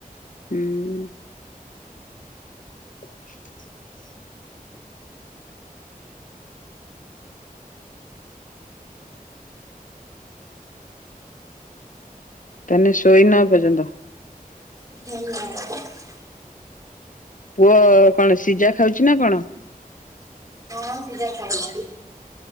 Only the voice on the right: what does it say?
ହଁ।
ହଁ ସିଯା ଖାଇଲାଣି।